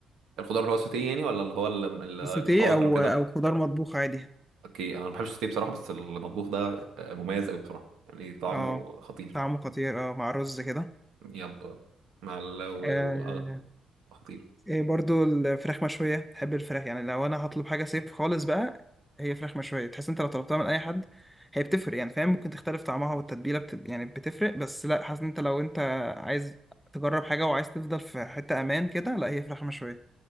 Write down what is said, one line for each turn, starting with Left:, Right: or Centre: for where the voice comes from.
Right: الخضار اللي هو السوتيه يعني ولا اللي هو ال- ال-
Centre: سوتيه
Right: الطواجن
Centre: او
Right: وكده
Centre: او خضار مطبوخ عادي
Right: اوكي انا ما بحبش الستيك بصراحه بس المطبوخ ده آه، مميز قوي بصراحه يعني طعمه
Centre: اه
Right: خطير
Centre: طعمه خطير اه مع رز كده
Right: يب مع ال و...
Centre: آه
Right: و... آه خطير
Centre: إيه برضو الفراخ مشوية تحب الفراخ يعني لو أنا هطلب حاجة صيف خالص بقى هي فراخ مشوية تحس أنت لو طلبتها من أي حد هي بتفرق يعني فاهم ممكن تختلف طعمها والتتبيلة بت... يعني بتفرق بس لا حاسس إن أنت لو أنت عايز تجرب حاجة وعايز تفضل في حتة أمان كده لا هي فراخ مشوية